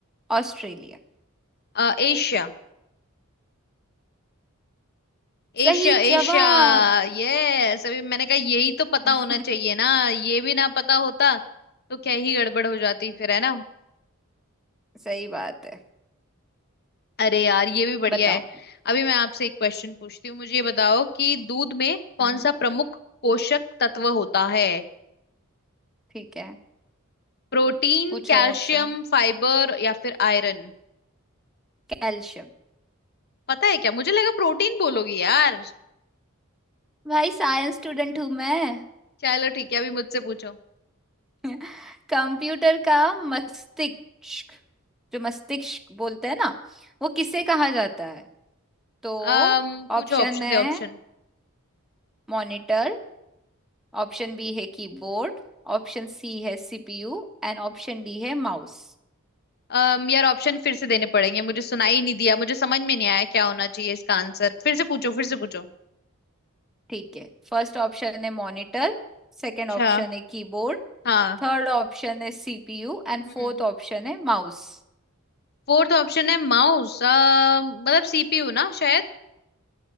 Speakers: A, in the centre; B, on the left.
A: ऑस्ट्रेलिया
B: अ, Asia Asia
A: सही
B: Asia
A: जवाब
B: यस अभी मैंने कहा यही तो पता
A: <laughs>
B: होना चाहिए ना ये भी ना पता होता तो क्या ही गड़बड़ हो जाती फिर है ना
A: सही बात है
B: अरे यार ये भी बढ़िया
A: बताओ
B: है अभी मैं आपसे एक क्वेश्चन पूछती हूँ मुझे ये बताओ कि दूध में कौन
A: हम्म
B: सा प्रमुख पोषक तत्व होता है
A: ठीक है
B: प्रोटीन
A: पूछो
B: कैल्शियम
A: ऑप्शन
B: फाइबर या फिर आयरन
A: कैल्शियम
B: पता है क्या मुझे लगा प्रोटीन बोलोगी यार
A: भाई साइंस स्टूडेंट हूं मैं
B: चलो ठीक है अभी मुझसे पूछो
A: <laughs> कंप्यूटर का मस्तिष्क जो मस्तिष्क बोलते हैं ना वो किसे कहा जाता है तो
B: अम पूछो
A: ऑप्शन
B: ऑप्शन
A: है
B: दे ऑप्शन
A: मॉनिटर ऑप्शन बी है कीबोर्ड ऑप्शन सी है सीपीयू एंड ऑप्शन डी है माउस
B: अम यार ऑप्शन फिर से देने पड़ेंगे मुझे सुनाई नहीं दिया मुझे समझ में नहीं आया क्या होना चाहिए इसका आंसर फिर से पूछो फिर से पूछो
A: ठीक है फर्स्ट ऑप्शन है मॉनिटर सेकंड
B: अच्छा
A: ऑप्शन है कीबोर्ड
B: हाँ
A: थर्ड ऑप्शन है सीपीयू एंड फोर्थ
B: हम्म
A: ऑप्शन है माउस
B: फोर्थ ऑप्शन है माउस मतलब सीपीयू ना शायद